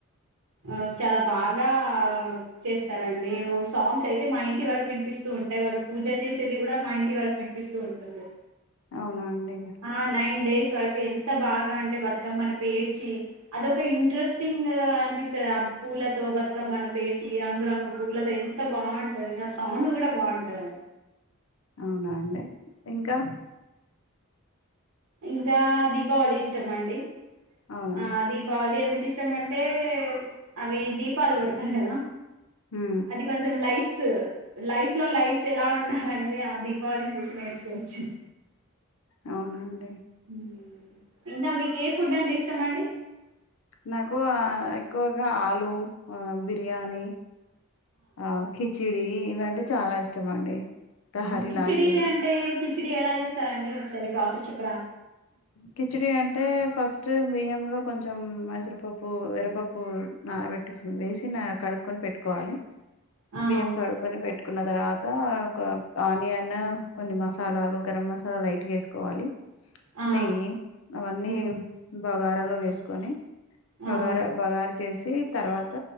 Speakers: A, on the right; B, on the left.
A: ఆ చాలా బాగా
B: హ్మ్.
A: చేస్తారండి సాంగ్స్ అయితే మా ఇంటి వరకు వినిపిస్తూ ఉంటాయి వాళ్ళు పూజ చేసేది కూడా మా ఇంటి వరకు విపి వినిపిస్తూ ఉంటుంది
B: అవునా అండి
A: ఆ నైన్ డేస్ వరకు ఎంత బాగా అంటే బతుకమ్మని పేర్చి అదొక్క ఇంట్రెస్టింగ్ అనిపిస్తుంది ఆ పూలతో బతుకమ్మ ను పేర్చి చ్చి రంగు రంగు పూలతో ఎంత బాగుంటది ఆ సాంగ్ కూడా బాగుంటది
B: అవునా అండి ఇంకా
A: ఇంకా దీపావళి ఇష్టం అండి
B: అవునా
A: ఆ దీపావళి ఎందుకు ఇష్ట ఇష్టం అంటే అవి దీపాలు పెడతారు కదా
B: ఉ
A: అది కొంచెం లైట్స్ లైఫ్ లో లైట్స్ ఎలా ఉండాల అనేది ఆ దీపావళిని చూసి నేర్చుకోవచ్చు
B: అవునండి
A: హు ఇంకా మీకు ఏ ఫుడ్ అంటే ఇష్టం అండి
B: నాకు ఎక్కువగా ఆలు బిర్యానీ ఆ కిచిడి ఇవంటే చాలా ఇష్టం అండి తహరి
A: కిచిడి
B: లాంటివి
A: అంటే కిచిడి ఎలా చేస్తారండి ఒకసారి ప్రాసెస్ చెప్
B: కిచిడి అంటే ఫస్ట్ ఫస్ట్ బియ్యంలో కొంచెం మైసరుపప్పు ఎర్రపప్పు నాలబెట్టు వేసి కడుక్కొని పెట్టుకోవాలి
A: ఆ
B: బియ్యం కడుక్కొని పెట్టుకున్న తర్వాత ఆనియన్ కొన్ని మసాలాలు గరం మసాలా లైట్ వేసుకోవాలి
A: ఆ
B: న అవన్నీ
A: హ్మ్
B: బగార లో వేసుకొని
A: ఆ
B: బగార బగారు చేసి తర్వాత